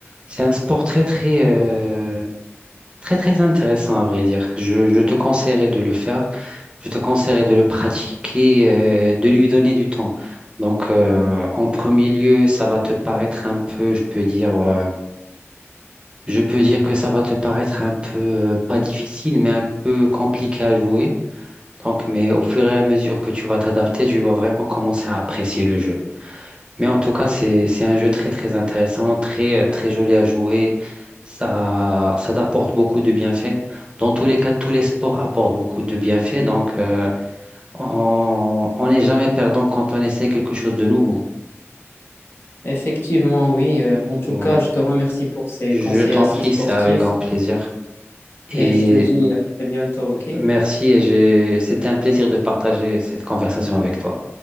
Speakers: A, on the right; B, on the left.
A: c'est un sport très très euh, très très intéressant à vrai dire. Je, je te conseillerais de le faire. Je te conseillerais de le pratiquer, euh, de lui donner du temps. Donc, euh, en premier lieu, ça va te paraître un peu, je peux dire. euh, Je peux dire que ça va te paraître un peu, euh, pas difficile, mais un peu compliqué à jouer. Donc, mais au fur et à mesure que tu vas t'adapter, tu vas vraiment commencer à apprécier le jeu. Mais en tout cas, c'est, c'est un jeu très, très intéressant, très, euh, très joli à jouer. Ça, ça t'apporte beaucoup de bienfaits. Dans tous les cas, tous les sports apportent beaucoup de bienfaits. Donc, euh, on, on n'est jamais perdant quand on essaie quelque chose de nouveau.
B: Effectivement, oui. euh, en tout
A: Ouais.
B: cas, je te remercie pour ces
A: Je
B: conseils
A: t'en
B: assez
A: prie,
B: sportifs
A: c'est avec grand plaisir. Et
B: et je te dis à très bientôt, OK?
A: Merci et j'ai, c'était un plaisir de partager cette conversation avec toi.